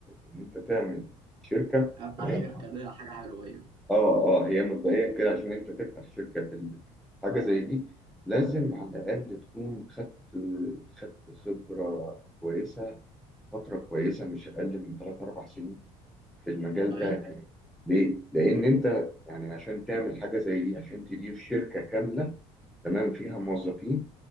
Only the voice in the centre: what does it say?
ان انت تعمل شركة
تمام
اه اه هي مبدئيا كده عشان انت تفتح شركه في ال- حاجه زي دي لازم على الاقل تكون خدت خدت خبره كويسه فترة كويسة مش أقل من ثلاث أربع سنين في المجال
ده ليه؟ لأن أنت يعني عشان تعمل حاجة زي دي عشان تدير شركة كاملة تمام فيها موظفين